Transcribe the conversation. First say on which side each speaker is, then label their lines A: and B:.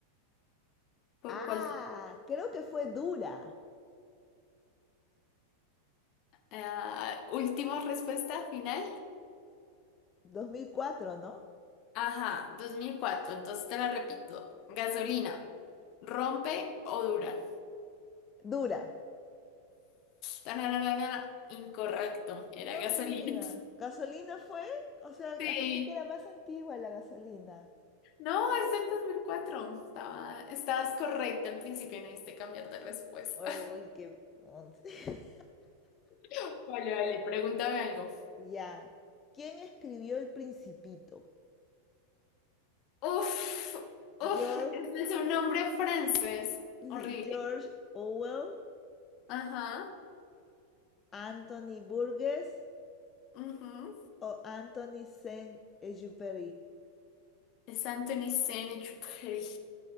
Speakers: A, on the left (about 40°); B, on the left (about 20°).
A: ¿Por
B: Ah,
A: cuál? te-
B: creo que fue Dura.
A: Ah, última respuesta final.
B: dos mil cuatro, ¿no?
A: Ajá, 2004. Entonces te la repito. Gasolina. ¿Rompe o dura?
B: Dura.
A: Tananana, Incorrecto. Era
B: No
A: gasolina.
B: me digas. ¿Gasolina fue? O sea,
A: Sí.
B: pensé que era más antigua la gasolina.
A: No, es el 2004. Estaba, estabas correcta al principio, no diste cambiar de respuesta.
B: Uy, qué... once. <laughs>
A: <laughs> Vale, vale, pregúntame algo.
B: Ya. ¿Quién escribió El Principito?
A: Uf, uf,
B: George,
A: ese es un nombre francés.
B: sí,
A: Horrible.
B: George Orwell,
A: Ajá.
B: Anthony Burgess
A: ujú.
B: o Anthony Saint-Exupéry.
A: Es Anthony Saint-Exupéry.